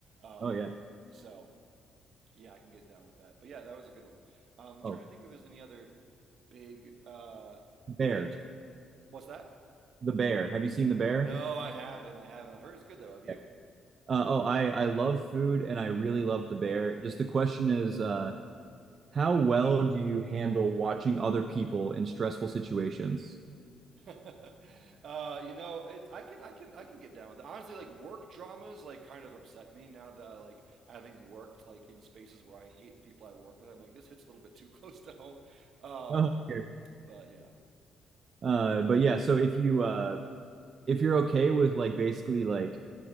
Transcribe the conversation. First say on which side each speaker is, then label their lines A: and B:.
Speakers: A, on the right; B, on the right.
A: um,
B: Oh yeah.
A: so yeah, I can get down with that. But yeah, that was a good one. Um, I'm
B: Oh,
A: trying to think if there's any other big. Uh,
B: Bear,
A: I to- what's that?
B: the Bear. Have you seen the Bear?
A: No, I haven't. I haven't. I've heard it's good though. Have you?
B: Okay. Uh, oh, I I love food and I really love the Bear. Just the question is, uh, how well do you handle watching other people in stressful situations?
A: <laughs> uh, you know, it, I can, I can, I can get down with it. Honestly, like work dramas, like kind of upset me now that I, like having worked like in spaces where I hate the people I work with. I'm like, this hits a little bit too <laughs> close to home. Um,
B: Uh-huh. Here.
A: but yeah,
B: Uh, but yeah, so if you uh if you're okay with like basically like